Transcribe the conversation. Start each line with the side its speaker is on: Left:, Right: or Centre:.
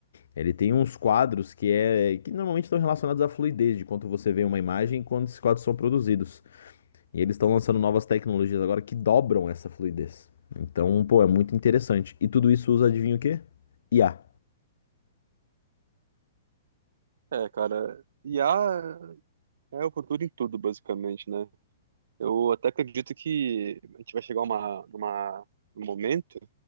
Left: ele tem uns quadros que é que normalmente estão relacionados à fluidez de quanto você vê uma imagem e quando esses quadros são produzidos. E eles estão lançando novas tecnologias agora que dobram essa fluidez. Então, pô, é muito interessante. E tudo isso usa, adivinha o quê? IA.
Right: É, cara, I a é o futuro em tudo, basicamente, né? Eu até acredito que a gente vai chegar a uma, uma, um momento